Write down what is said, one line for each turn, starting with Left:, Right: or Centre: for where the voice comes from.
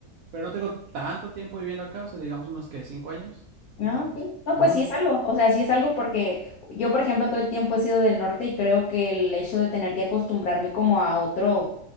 Right: Pero no tengo tanto tiempo viviendo acá, o sea, digamos unos que cinco años. Entonces,
Left: Ah, ok. No,
Right: ujú.
Left: pues sí es algo. O sea, sí es algo porque yo, por ejemplo, todo el tiempo he sido del norte y creo que el hecho de tener que acostumbrarme como a otro,